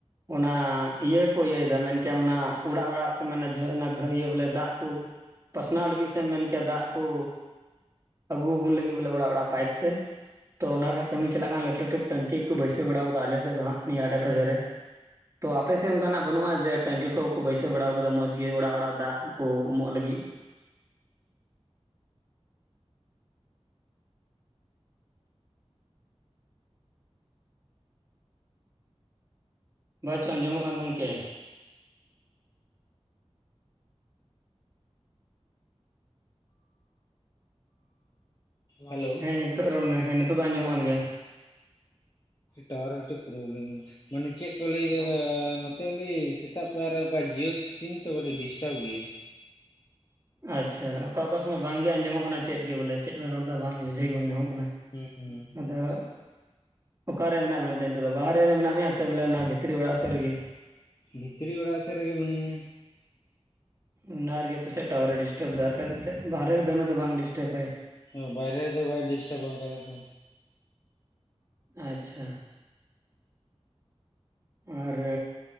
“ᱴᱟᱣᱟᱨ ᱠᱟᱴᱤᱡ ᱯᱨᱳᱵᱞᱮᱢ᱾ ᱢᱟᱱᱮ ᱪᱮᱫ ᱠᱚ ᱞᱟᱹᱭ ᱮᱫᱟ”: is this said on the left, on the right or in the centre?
Left